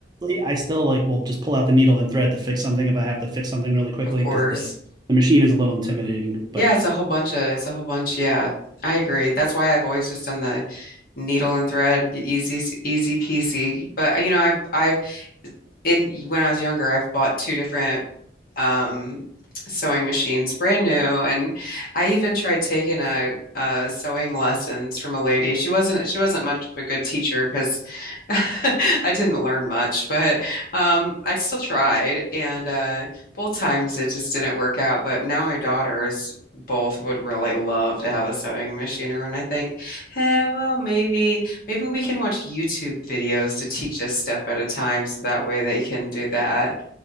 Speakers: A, on the right; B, on the left.
A: I still like will just pull out the needle and thread to fix something if I have to fix something really quickly
B: Of course.
A: because the the machine is a little intimidating.
B: Yeah,
A: But
B: it's a whole bunch of it's a whole bunch. Yeah, I agree. That's why I've always just done the needle and thread, e-, easy, easy peasy. But you know, I've I've in when I was younger, I've bought two different um, sewing machines, brand new. And I even tried taking a, a sewing lessons from a lady. She wasn't she wasn't much of a good teacher because <laughs> I didn't learn much, but um, I still tried. And uh, both times it just didn't work out. But now my daughters both would really love to have a sewing machine, and I think, hey, well, maybe maybe we can watch YouTube videos to teach us step at a time, so that way they can do that.